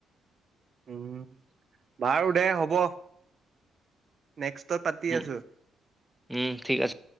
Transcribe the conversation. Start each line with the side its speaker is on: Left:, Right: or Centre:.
Right: উম, বাৰু দে হব নেক্সটত পাতি
Centre: উম
Right: আছো।
Centre: উম ঠিক আছে।